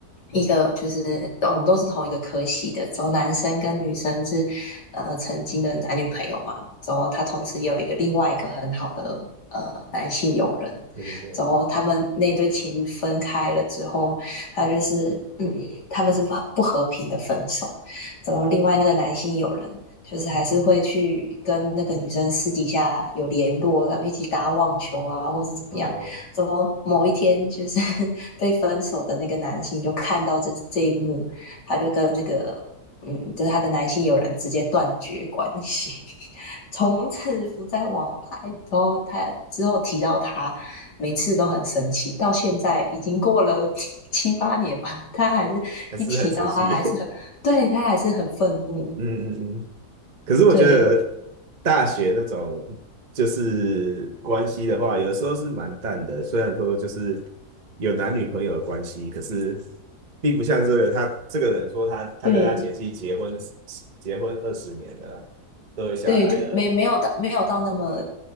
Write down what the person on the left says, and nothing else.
一个就是哦我们都是同一个科系的，然后男生跟女生是呃曾经的男女朋友嘛，然后他同时也有一个另外一个很好的呃男性友人，
然后他们那对情侣分开了之后，他就是嗯他们是不不和平的分手。找另外那个男性友人，就是还是会去跟那个女生私底下有联络，他们一起打网球啊，或是怎么样。
怎么某一天就是 <laughs> 被分手的那个男性就看到这这一幕，他就跟那个嗯，就是他的男性友人直接断绝关系，<laughs> 从此不再往来。然后他之后提到他，每次都很生气，到现在已经过了 <laughs> 七八年吧，他还是一提到他还是很对，
他还是很愤怒，
对
对，
对，就没没有到没有到那么